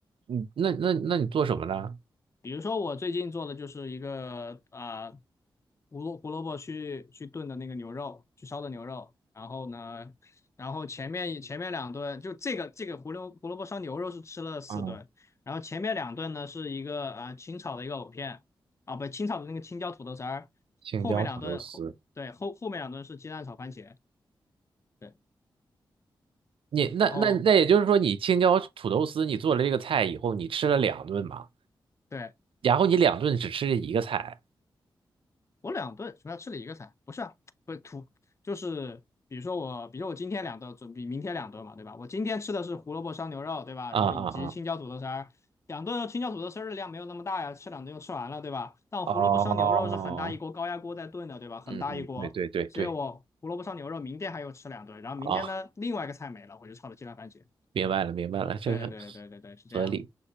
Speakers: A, on the right; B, on the left.
A: 你那那那你做什么呢？
B: 比如说我最近做的就是一个呃胡萝胡萝卜去去炖的那个牛肉，去烧的牛肉。然后呢，然后前面前面两顿就这个这个胡萝胡萝卜烧牛肉是吃了四顿，
A: 嗯，
B: 然后前面两顿呢是一个啊呃清炒的一个藕片啊，不清炒的那个青椒土豆丝儿，
A: 青椒土豆丝。
B: 后面两顿后对后后面两顿是鸡蛋炒番茄，对，
A: 你那那那也就是说，
B: 然后。
A: 你青椒土豆丝，你做了这个菜以后，你吃了两顿嘛，
B: 对，
A: 然后你两顿只吃这一个菜，
B: 我两顿什么要吃了一个菜，不是啊，不是土，就是比如说我，比如说我今天两顿，准比明天两顿嘛，对吧？我今天吃的是胡萝卜烧牛肉，对吧？
A: 啊啊啊，
B: 然后以及青椒土豆丝儿，两顿青椒土豆丝儿的量没有那么大呀，吃两顿就吃完了，对吧？但我胡萝卜烧牛肉是很大一锅高压锅在炖的，
A: 哦，
B: 对吧？很大一锅，
A: 嗯嗯，对对对对，
B: 所以我胡萝卜烧牛肉明天还有吃两顿，然后明天呢另外一个菜没了，
A: 啊，
B: 我就炒了鸡蛋番茄。
A: 明白了明白了，这个
B: 对对对对对对，是这样。
A: 合理，